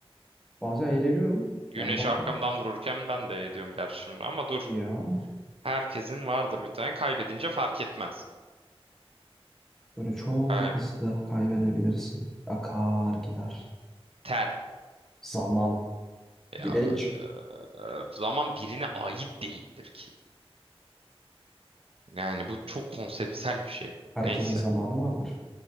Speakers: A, in the centre; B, on the right.
A: Bazen eğleniyorum.
B: Güneş
A: Yani bakıyorum.
B: arkamdan vururken ben de ediyorum gerçi şimdi ama dur.
A: Ya
B: Herkesin vardır bir tane. Kaybedince fark etmez.
A: böyle çok
B: Kayb
A: hızlı kaybedebilirsin. Akar gider.
B: ter.
A: Zaman.
B: Ya
A: Geç.
B: e, zaman birine ait değildir ki. Yani bu çok konseptsel bir şey.
A: Herkesin
B: Neyse.
A: zamanı vardır.